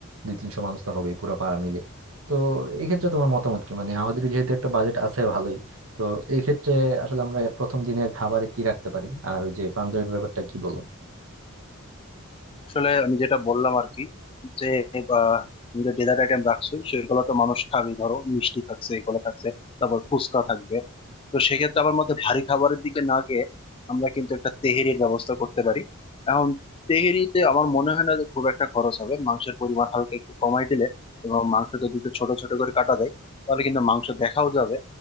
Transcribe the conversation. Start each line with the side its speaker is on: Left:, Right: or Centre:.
Right: দুই তিনশো মানুষ তো হবেই পুরো পাড়া মিলে তো এক্ষেত্রে তোমার মতামত কি মানে আমাদের যেহেতু একটা বাজেট আছে ভালোই তো এই ক্ষেত্রে আসলে আমরা প্রথম দিনের খাবারে কি রাখতে পারি আর ওই যে পাঞ্জাবির ব্যাপারটা কি বলো
Left: আসলে আমি যেটা বললাম আর কি যে বা তুমি যে ডেজার্ট আইটেম রাখছো সেগুলো তো মানুষ খাবে ধরো মিষ্টি থাকছে এগুলো থাকছে তারপর ফুচকা থাকবে তো সেক্ষেত্রে আমার মতে ভারী খাবারের দিকে না গিয়ে আমরা কিন্তু একটা তেহেরির ব্যবস্থা করতে পারি এখন তেহেরিতে আমার মনে হয় না যে খুব একটা খরচ হবে মাংসের পরিমাণ হালকা একটু কমাই দিলে এবং মাংস যদি একটু ছোট ছোট করে কাটা যায় তাহলে কিন্তু মাংস দেখাও যাবে